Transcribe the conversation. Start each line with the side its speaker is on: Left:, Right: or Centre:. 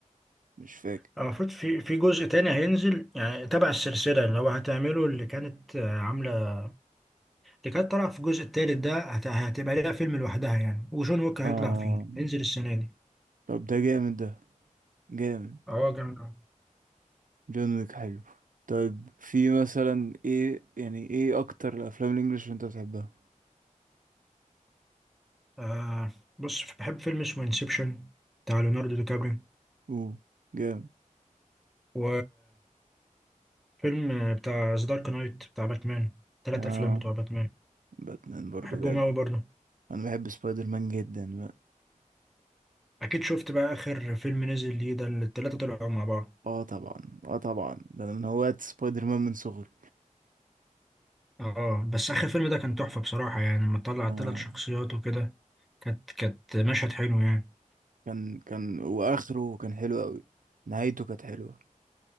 Right: مش فاكر
Centre: آه، المفروض في في جزء تاني هينزل يعني تبع السلسله اللي هو هتعمله اللي كانت آه، عامله اللي كانت طالعه في الجزء التالت ده هت- هتبقى ليها فيلم لوحدها يعني وجون ويك هيطلع
Right: آه
Centre: فيه هينزل السنه دي
Right: طب ده جامد ده جامد
Centre: اه جامد أوي.
Right: جون ويك حلو طيب في مثلا ايه يعني ايه اكتر الافلام الانجليش اللي انت بتحبها
Centre: آه بص بحب فيلم اسمه انسبشن بتاع ليوناردو دي كابريو
Right: اوه جامد
Centre: و فيلم بتاع ذا دارك نايت بتاع باتمان تلات
Right: اه
Centre: افلام بتوع باتمان
Right: باتمان برضو
Centre: بحبهم
Right: جامد
Centre: اوي برضه
Right: انا بحب سبايدر مان جدا بقى.
Centre: اكيد شفت بقى اخر فيلم نزل ليه ده اللي التلاتة طلعوا مع بعض
Right: اه طبعا اه طبعا ده انا من هواة سبايدر مان من صغري
Centre: اه بس اخر فيلم ده كان تحفة بصراحة يعني لما طلع
Right: اه
Centre: التلات شخصيات وكده كانت كانت مشهد حلو يعني
Right: كان كان واخره كان حلو قوي نهايته كانت حلوة